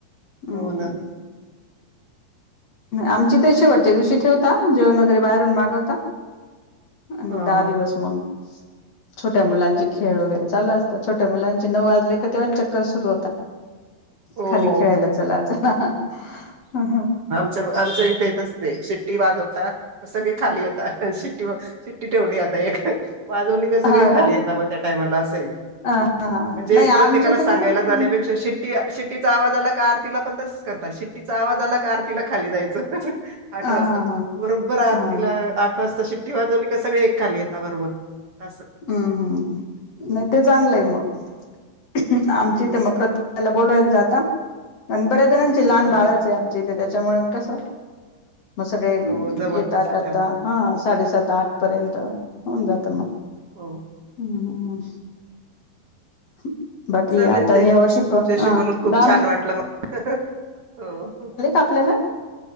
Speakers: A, on the left; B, on the right.
A: हम्म
B: हो
A: हम्म
B: ना
A: आमची ते शेवटच्या दिवशी ठेवता जेवण वगैरे बाहेरून मागवता आणि
B: हा
A: दहा
B: हा
A: दिवस मग छोट्या मुलांचे खेळ वगैरे चालू असतात छोट्या मुलांचे न वाजले का तेव्हा चक्कर सुरू होता
B: हो
A: खाली खेळायला चलाच हम हम
B: अज तेेतच शिट्टी वाजवतात सगळी खाली आता शिट्टी शिट्टी ठेवली आता एक वाजवली सगळे
A: हा
B: खाली
A: का
B: येत मग त्या टायमाला असे
A: हा हा
B: म्हणजे
A: नाही
B: एक
A: आमच्या
B: प्रत्येकाला
A: इथं
B: सांगायला
A: कसं हम्म
B: जाण्यापेक्षा शिट्टी शिट्टीचा आवाज आला कार तिला पण त ात शिट्टीचा आवाज आला का आरतीला खाली जायचं आठ
A: हा
B: वाजता
A: हा हा
B: बरोबर आरतीला
A: हा
B: आठ वाजता शिक शिटी वाजवली का सगळे एक खाली येता बरोबर असं
A: हम्म हम्म नाही ते चांगलं आहे मग आमची
B: हम्म
A: ते मग प्रत बोलवायला जाता अन बऱ्या जणांचे लहान
B: ह
A: बाळाचे आ आमचे त्या त्याच्यामुळे मग कसं मग सगळे
B: हो जमत
A: येता
B: नसेल
A: करता
B: त्यांना
A: हा साडेसात आठ
B: हम्म,
A: पर्यंत होऊन जात मग
B: हो
A: हम् ह बाकी
B: चालेल
A: आता
B: ताई
A: ह्या
B: तुमच्याशी
A: वर्षीय पण
B: बोलून खूप
A: दाम
B: छान
A: आहे
B: वाटलं हो
A: आपल्याला